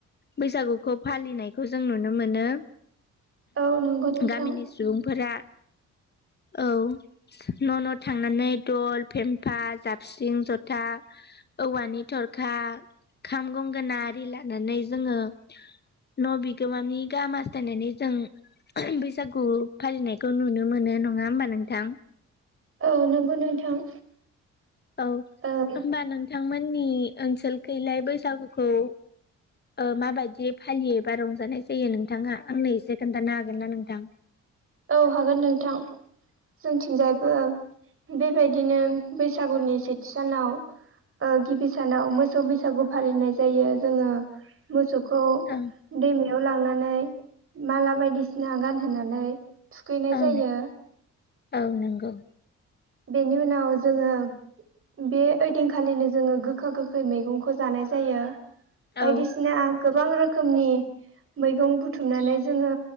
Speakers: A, on the left (about 35°); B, on the right (about 45°).
A: बैसागुखौ फालिनायखौ जों नुनो मोनो।
B: औ नंगौ नोंथां
A: गामिनि सुबुंफोरा औ। न' न' थांनानै दल, फेम्फा, जाबस्रिं, ज'था। औवानि थरखा, खाम, गंगोनाथ। लानानै जोंङो न' बिगोमानि गाहामासथायनानै जों। बैसागु फालिनायखौ नुनो मोनो नंङा होमबा नोंथां।
B: औ नंगौ नोंथां।
A: औ होमबा
B: ओं
A: नोंथांमोननि ओनसोलखैलाय बैसागुखौ। ओ माबायदि फालियोबा रंजानाय जायो नोंथांङा आंनो एसे खोन्थानो हागोन ना नोंथां?
B: औ हागोन नोंथां। जोंथिंजायबो बेबायदिनो बैसागुनि सेथि सानाव। ओ गिबि सानाव मोसौ बैसागु फालिनाय जायो जोंङो। मोसौखौ
A: ओं
B: दैमायाव लांनानै माला बायदिसिना गानहोनानै। थुखैनाय
A: ओं
B: जायो।
A: औ नंगौ।
B: बेनि उनाव जोङो बे ओइदिंखालिनो जोङो गोखा-गोखै मैगंखौ जानाय जायो। बायदिसिना
A: औ
B: गोबां रो खोमनि मैगं बुथुमनानै जोङो